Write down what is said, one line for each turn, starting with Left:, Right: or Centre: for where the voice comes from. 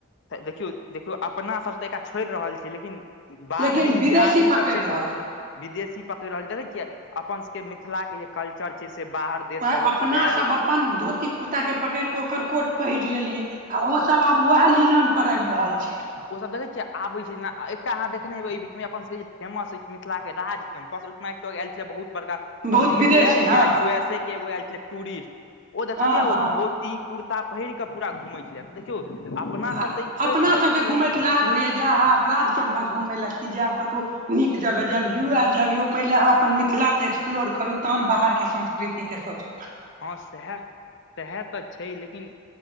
Left: त देखियौ देखियौ अपना सब तऽ एकरा छोड़ि रहल छीयै लेकिन ई बाहरी
Right: लेकिन विदेशी
Left: जे आदमी
Right: पकड़ि
Left: सब छै
Right: रहल
Left: से
Right: अछि
Left: विदेशी पकड़ रहल देख छियै अपन सबके मिथिला के जे कल्चर छै से बाहर देश
Right: वएह
Left: स लोक
Right: अपना
Left: सब ऐल
Right: अपन धोती कुर्ता के पकैड़ क ओकर कोट पहिर लेलियै आ ओ सब आब वएह लीलन पर आबि रहल छै।
Left: ओसभ देखै छियै आबैत छै जेना एकटा अहाँ देखने हेबै एहि बीचमे अपन सभके जे फेमस अछि मिथिला के राज कैम्पस ओहि मारिते लोग ऐल छलै बहुत बड़का
Right: बहुत
Left: मतलब यू
Right: विदेशी
Left: एस
Right: हँ
Left: या यू एस ए के एगो ऐल छलै टूरिस्ट ओ देखलियै
Right: हँ
Left: ओ
Right: हँ
Left: धोत ती कुर्ता पहिर क पूरा घुमै छलैयै त देखियौ अपना
Right: आ
Left: सब तऽ ई छोड़ि
Right: अपना
Left: रहल
Right: सबके
Left: छी लेकिन
Right: घूमैत लाज होइया जा आ राज कैम्पस घूमै लए की जायब कतहु नीक जगह जैब यू एस जयब यो पहिले अहाँ अपन मिथिला ते एक्सप्लोर करु तहन बाहरके संस्कृति के सोचब
Left: हँ सएह सएह तऽ छै लेकिन